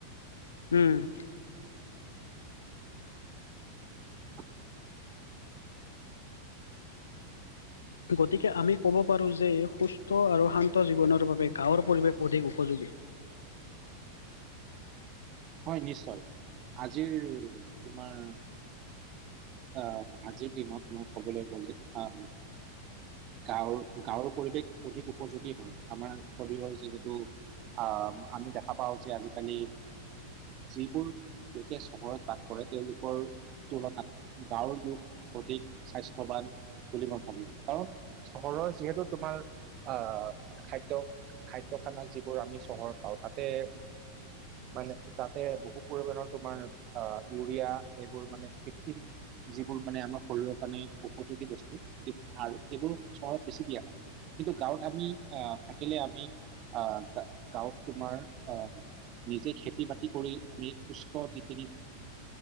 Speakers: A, on the left; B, on the right.
A: উম
B: <inaudible>
A: গতিকে আমি ক'ব পাৰো যে সুস্থ আৰু শান্ত জীৱনৰ বাবে গাঁৱৰ পৰিৱেশ অধিক উপযোগী।
B: হয় নিশ্চয়। আজিৰ তোমাৰ অ আজিৰ দিনত মই কবলৈ গলে আ গাঁৱৰ গাঁৱৰ পৰিৱেশ অধিক উপযোগী হয় আমাৰ শৰীৰৰ যিহেতু আহ আমি দেখা পাওঁ যে আজিকালি যিবোৰ লোকে চহৰত বাস কৰে তেওঁলোকৰ তুলনাত গাঁৱৰ লোক অধিক স্বাস্থ্যৱান বুলি মই ভাবো কাৰণ চহৰৰ যিহেতু তোমাৰ আ খাদ্য খাদ্য খানা যিবোৰ আমি চহৰত পাওঁ তাতে মানে তাতে বহু পৰিমণৰ তোমাৰ অ ইউৰিয়া এইবোৰ মানে ঠিক যিবোৰ মানে আমাৰ শৰীৰৰ কাৰণে উপযোগী বস্তু আৰু এইবোৰ চহৰত বেছি দিয়া হয়। কিন্তু গাঁৱত আমি আহ থাকিলে আমি আহ গাঁৱত তোমাৰ আহ নিজে খেতি-বাতি কৰি আমি সুস্থ যিখিনি